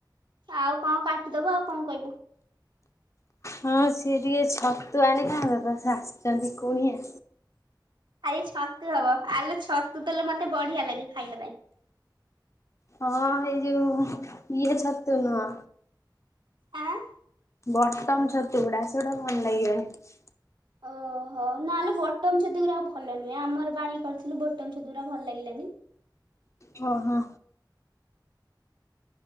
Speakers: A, on the right (about 80°); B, on the left (about 40°).
A: ଆଉ କଣ କାଟିଦବୁ ଆଉ କଣ କ‌ଇବୁ।
B: ହଁ ସିଏ ଟିକେ ଛତୁ ଆଣିଥାନ୍ତା ତ ସାସ୍ ଛନ୍ତି କୁଣିଆ।
A: ଆଇ ଛତୁ ହବ ଆଲୋ ଛତୁ ତଲେ ମତେ ବଢିଆ ଲାଗେ ଖାଇବା ପାଇଁ।
B: ହଁ ଏଇ ଯୋଉ ଇଏ ଛତୁ ନୁହଁ।
A: ଆଁ।
B: ବଟମ ଛତୁ ଗୁଡା ସେଗୁଡ଼ା ଭଲ ଲାଗିବ।
A: ଓହୋ ନାଲୋ ବଟମ ଗୁରା ଭଲ ନୁହେଁ ଆମର ବାଣୀ କରିଥିଲୁ ବ ଟମ୍ ଛତୁ ରା ଭଲ ଲାଗିଲାନି।
B: ହଁ ହଁ।